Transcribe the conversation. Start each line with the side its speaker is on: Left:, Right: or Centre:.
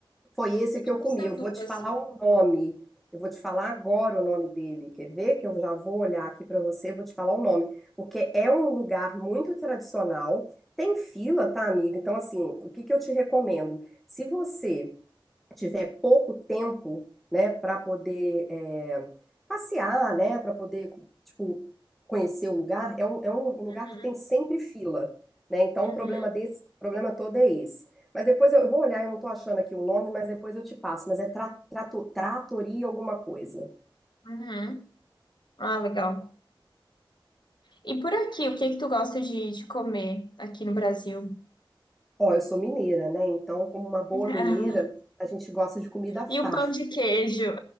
Centre: Foi esse
Left: é
Centre: que
Left: tipo
Centre: eu comi.
Left: um sanduba
Centre: Eu vou te
Left: assim.
Centre: falar o nome. Eu vou te falar agora o nome dele. Quer ver? Que eu já vou olhar aqui para você, vou te falar o nome, porque é um lugar muito tradicional. Tem fila, tá, amiga? Então, assim, o que que eu te recomendo? Se você tiver pouco tempo, né, para poder é, passear, né, para poder, tipo, conhecer o lugar, é um, é um lugar
Left: Uhum,
Centre: que tem sempre fila, né? Então,
Left: uhum,
Centre: o problema desse, o problema todo é esse. Mas depois eu, eu vou olhar, eu não tô achando aqui o nome, mas depois eu te passo. Mas é tra, trato, tratoria alguma coisa.
Left: uhum. Ah, legal. E por aqui, o que que tu gosta de, de comer aqui no Brasil?
Centre: Ó, eu sou mineira, né? Então, como uma boa
Left: <laughs>
Centre: mineira, a gente gosta de comida farta.
Left: E o pão de queijo?